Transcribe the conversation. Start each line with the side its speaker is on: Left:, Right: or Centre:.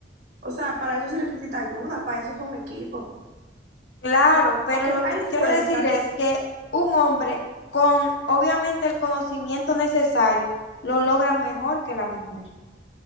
Right: O sea, para eso se necesita ayuda, para eso son equipos.
Left: Claro, pero
Right: Porque
Left: lo
Right: hay
Left: que te
Right: fuerzas.
Left: quiero decir es que un hombre con obviamente el conocimiento necesario lo logra mejor que la mujer.